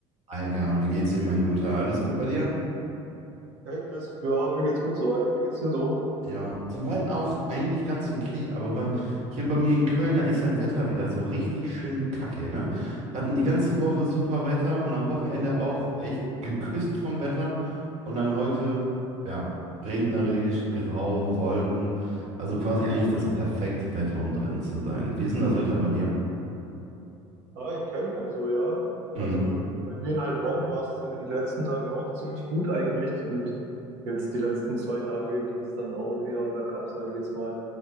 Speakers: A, on the right; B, on the right.
A: Alter, wie geht's dir, mein Guter? Alles gut bei dir?
B: Hey Chris, ja, mir geht's gut soweit. Wie geht's dir so?
A: Ja, soweit auch eigentlich ganz okay, aber bei, hier bei mir in Köln, da ist das Wetter wieder so richtig schön kacke, ne? Wir hatten die ganze Woche super Wetter und am Wochenende auch echt geküsst vom Wetter und dann heute, ja, regnerisch, grau, Wolken, also quasi eigentlich das perfekte Wetter, um drin zu sein. Wie ist denn das Wetter bei dir?
B: Ah, in Köln, also ja.
A: Mhm.
B: Also bei mir in Heilbronn war es die letzten Tage auch ziemlich gut eigentlich und jetzt die letzten zwei Tage ging's dann auch eher bergab, sage ich jetzt mal.